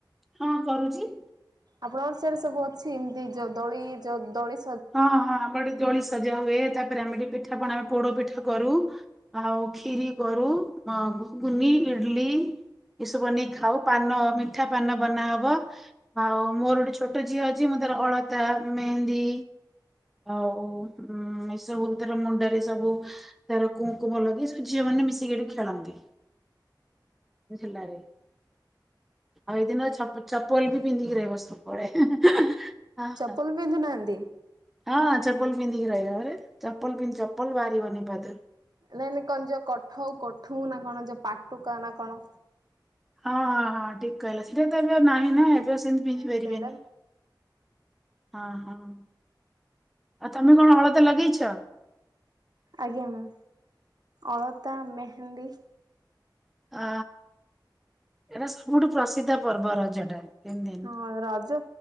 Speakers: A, in the centre; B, on the right.
A: ହଁ କରୁଛି?
B: ଆପଣଙ୍କ ସରେ ସବୁ ଅଛି ଏମିତି ଯୋଉ ଦଳି ଯୋଉ ଦଳି
A: ହଁ ହଁ ଆମ୍ବଆଡେ ଦୋଳି ସେ ସଜା ହୁଏ ତାପରେ ଆମେ ଏଠି ପିଠା ପଣା ପୋଡ ପିଠା କରୁ ଆଉ ଖିରି କରୁ ଆଁ ଘୁଗୁନି ଇଡିଲି ଏସବୁ ବନେଇ ଖାଉ ପାନ ମିଠା ପାନ ବନାହବ ଆଉ ମୋର ଗୋଟେ ଛୋଟ ଝିଅ ଅଛି ମୁଁ ତାର ଅଳତା ମେହେନ୍ଦୀ ଅଉ ହୁଁ। ଉଁ ଏସବୁ ତାର ମୁଣ୍ଡରେ ସବୁ ତାର କୁଙ୍କୁମ ଲଗେଇ ସବୁ ଝିଅ ମାନେ ମିଶିକି ଏଠି ଖେଳନ୍ତି। ହେଲାରେ। ଆଉ ଏଇଦିନ ଛପ ଚପଲ ବି ପିନ୍ଧିକି ରହିବ ସବୁବେଳେ। ହଁ
B: ଚପଲ
A: ହଁ।
B: ପିନ୍ଧୁନାହାନ୍ତି।
A: ହଁ ଚପଲ ପିନ୍ଧିକି ରହିବ ଘରେ ଚପଲ ପିି ଚପଲ ବାହାରିିବନି ପାଦରୁ।
B: ନାଇଁ ନାଇଁ କଣ ଯୋଉ କଠଉ କଠୁ ନା କଣ ଯୋ ପାଟୁକା ନା କଣ।
A: ହଁ ହଁ ହଁ ଠିକ କହିଲ ସେଟା ତ ଏବେ ଆଉ ନାହିଁ ନା ଏ <unintelligible> ପିନ୍ଧି
B: ନାଇଁ
A: ପାରିବେନି।
B: ସେଇଟା
A: ହଁ ହଁ ଆଉ ତ ତମେ କଣ ହଳଦି ଲଗେଇଛ।
B: ଆଜ୍ଞା ମୁ ଅଳତା ମେହେନ୍ଦୀ
A: ଅ ଏଇଟା ସବୁଠୁ ପ୍ରସିଦ୍ଧ ପର୍ବ ରଜଟା। ତିନି ଦିନ
B: ହଁ ରଜ